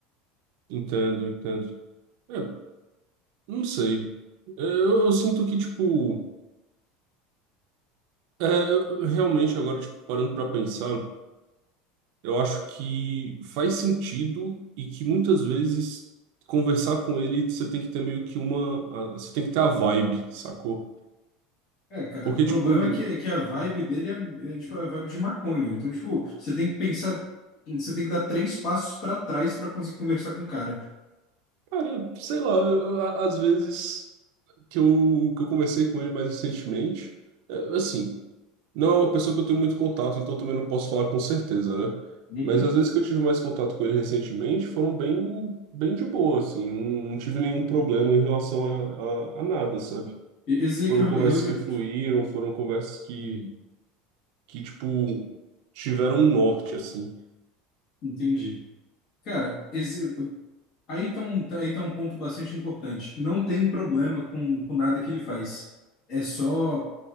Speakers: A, on the right; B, on the left.
A: Entendo, entendo. É, não sei. É, eu, eu sinto que, tipo. É, realmente, agora, tipo, parando pra pensar, eu acho que faz sentido e que muitas vezes conversar com ele você tem que ter meio que uma. a- Você tem que ter a vibe, sacou?
B: É, cara,
A: Porque,
B: o problema
A: tipo,
B: é que, é que a vibe dele é, é, tipo, é a vibe de maconha. Então, tipo, você tem que pensar, você tem que dar três passos pra trás pra conseguir conversar com o cara.
A: cara, sei lá, eu- a- às vezes que eu, que eu conversei com ele mais recentemente, é, assim. Não é uma pessoa que eu tenho muito contato, então também não posso falar com certeza, né?
B: Uhum.
A: Mas as vezes que eu tive mais contato com ele recentemente foram bem, bem de boa, assim. Não, não tive nenhum problema em relação a, a, a nada, sabe?
B: E- Esse é
A: Foram
B: que eu, falei,
A: conversas
B: eu, eu-
A: que fluíram, foram conversas que,
B: hum,
A: que tipo, tiveram um norte, assim.
B: entendi. Cara, esse, aí tá um, tá, aí tá um ponto bastante importante. Não tem problema com, com nada que ele faz. É só,